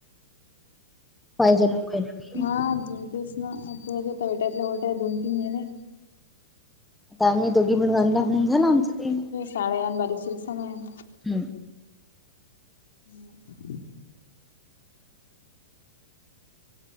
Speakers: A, in the centre; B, on the left.
A: पाहिजे ना काही ना काही
B: हा अजून तेस ना <unintelligible>
A: आता आम्ही दोघी बण बांधला म्हणून झालं आमचं ते
B: शाळेयान बारीक शरीक शाणायान
A: हम्म
B: <inaudible>